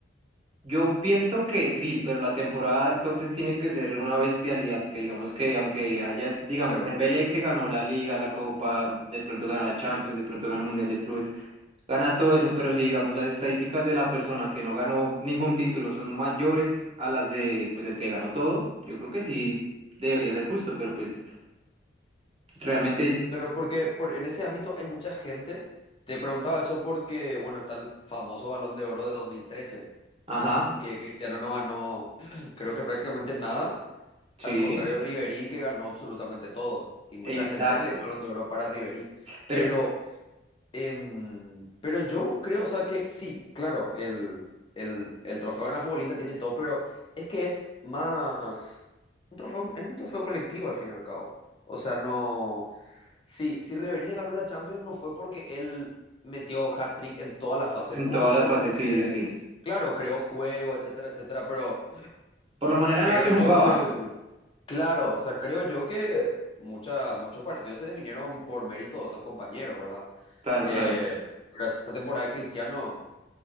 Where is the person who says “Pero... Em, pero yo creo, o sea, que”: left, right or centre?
Left